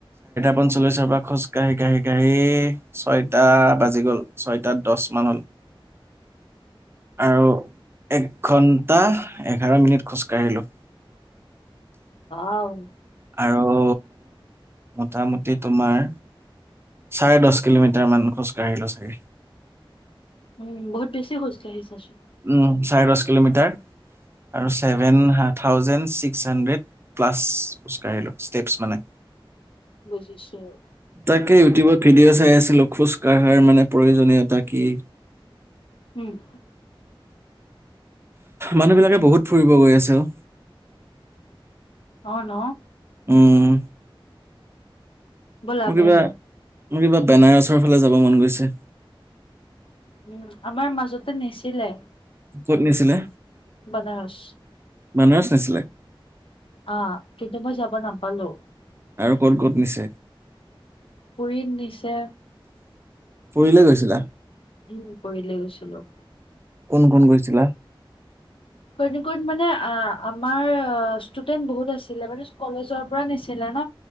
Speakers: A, on the right (about 25°); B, on the left (about 75°).
A: পঞ্চল্লিশৰ পৰা খোজকাাঢ়ি কাঢ়ি-কাঢ়ি-কাঢ়ি ছয়টা বাজি গ'ল ছয়টা দশ মান হল ৷ আৰু এঘণ্টা এঘাৰ মিনিট খোজকাঢ়িলোঁ ৷
B: আও
A: আৰু মোটামুটি তোমাৰ চাৰে দশ কিলোমিটাৰমান খোজকাাঢ়িলো চাগে৷
B: উম বহুত বেছি খোজকাঢ়িছাচোন৷
A: উম চাৰে দহ কিলোমিটাৰ আৰু ছেভেন
B: উম
A: হাত থাউজেণ্ড ছিক্স হাণ্ড্ৰেড প্লাছ খোজকাঢ়িলোঁ ষ্টেপছ মানে৷
B: বুজিছো ৷
A: তাকে ইউটিউবত ভিডিঅ' চাই আছিলোঁ খোজকাঢ়াৰ মানে প্ৰয়োজনীয়তা কি৷
B: উম৷
A: মানুহ বিলাকে বহুত ফুৰিব গৈ আছে অ!
B: অ ন?
A: উম
B: ব'লা
A: মোৰ
B: আমিও
A: কিবা
B: যাওঁ৷
A: মোৰ কিবা বেনাৰছৰ ফালে যাব মন গৈছে৷
B: উম আমাৰ মাজতে নিছিলে
A: ক'ত নিছিলে
B: বানাৰছ
A: বানাৰছ নিছিলে?
B: অহ কিন্তু মই যাব নাপালো৷
A: আৰু ক'ত-ক'ত নিছে?
B: পুৰীত নিছে ৷
A: পুৰীলে গৈছিলা?
B: উম পুৰী লে গৈছিলোঁ।
A: কোন কোন গৈছিলা?
B: কোন কোন মানে আ - আমাৰ অ ষ্টুডেন্ট বহুত আছিলে মানে কলেজৰ পৰা নিছিলে ন'।